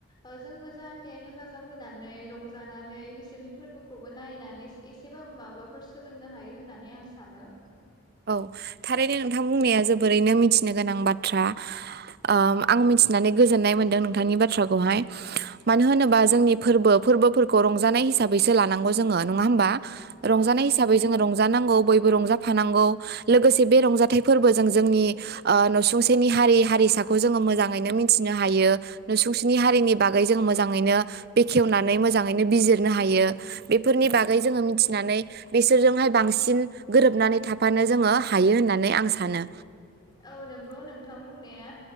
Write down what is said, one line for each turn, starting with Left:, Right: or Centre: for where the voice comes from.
Left: ओ जोंबो जाहाथे हेफाजाब होनानै रंजानानै बिसोरनि फोर्बोखौबो नायनानै एसेबाबो माबाफोर सोलोंनो हायो होननानै आं सानो
Right: औ थारैनो नोंथां बुंनाया जोबोरैनो मिथिनो गोनां बाथ्रा ओ आं मिथिनानै गोजोननाय मोनदों नोंथांनि बाथ्राखौहाय मानो होनोबा जोंनि फोर्बो फोर्बोफोरखौ रंजानाय हिसाबैसो लानांगौ जोङो नङा होमबा?
Left: औ
Right: रंजानाय
Left: नंगौ
Right: हिसाबै जोङो रंजानांगौ बयबो रंजाफानांगौ लोगोसे बे रंजाथाइ फोरबोजों जोंनि ओ नसुंसेनि हारि हारिसाखौ जोङो मोजां नो मिनथिनो हायो नसुंसेनि हारिनि बागै जोङो मोजाङैनो बेखेवनानै मोजाङैनो बिजिरनो हायो बेफोरनि बागै जोङो मिथिनानै बिसोरजोंहाय बांसिन गोरोबनानै था फानो जोङो हायो होननानै आं सानो
Left: औ नंगौ नोंथां बुंनाया